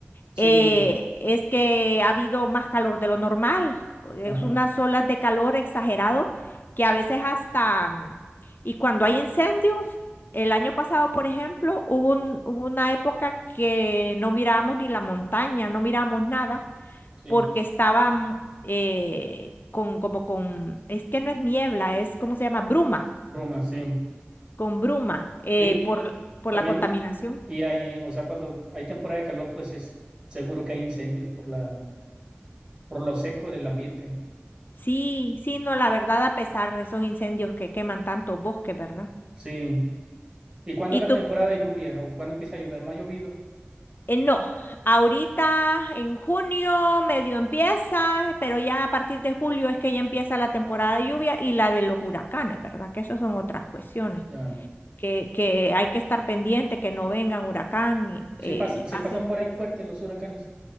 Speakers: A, on the right; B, on the left.
A: Sí,
B: eh, es que ha habido más calor de lo normal. Es
A: ajá,
B: unas olas de calor exagerado que a veces hasta, mm, y cuando hay incendios, el año pasado, por ejemplo, hubo, un- hubo una época que no mirábamos ni la montaña, no mirábamos nada
A: sí.
B: porque estaba mm, eh, con, como con, es que no es niebla, es, ¿cómo se llama? Bruma,
A: Bruma, sí.
B: con bruma, eh,
A: Sí,
B: por, por
A: también.
B: la contaminación.
A: Y hay, o sea, cuando hay temporada de calor, pues es seguro que hay incendios por la, por lo seco del ambiente.
B: Sí, sí, no, la verdad, a pesar de esos incendios que queman tantos bosques, ¿verdad?
A: Sí. ¿Y cuándo
B: Y
A: es la
B: tú,
A: temporada de lluvia o cuándo empieza a llover? No ha llovido.
B: eh, no, ahorita en junio medio empieza, pero ya a partir de julio es que ya empieza la temporada de lluvia y la de los huracanes, ¿verdad? Que esas son otras cuestiones,
A: Ya.
B: que, que hay que estar pendiente, que no vengan huracán y,
A: Sí,
B: eh,
A: pas-
B: y
A: sí
B: pase.
A: pasan por ahí fuertes los huracanes.